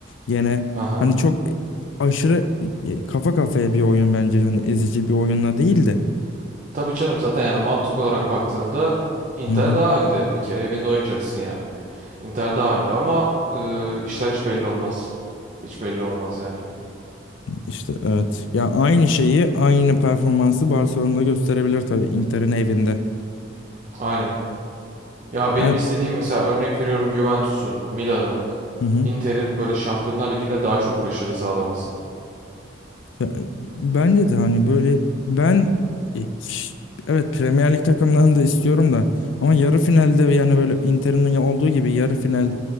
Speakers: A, on the left; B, on the right.
A: yine
B: Haha.
A: hani çok aşırı kafa kafaya bir oyun bence hani ezici bir oyunla değil de
B: Tabii canım zaten yani mantık olarak baktığında Inter
A: Hı hı.
B: daha önde. Bir kere evinde oynayacaksın yani. Inter daha önde ama e, işler hiç belli olmaz. Hiç belli olmaz yani.
A: İşte evet. Ya aynı şeyi, aynı performansı Barcelona'da gösterebilir tabii Inter'in evinde.
B: Aynen. Ya benim
A: Ben
B: istediğim mesela örnek veriyorum Juventus'un, Milan'ın,
A: hı hı.
B: Inter'in böyle Şampiyonlar Ligi'nde daha çok başarı sağlaması.
A: Ya, bence de hani böyle ben e, ş- evet Premier Lig takımlarını da istiyorum da ama yarı finalde yani böyle Inter'in ya- olduğu gibi yarı final,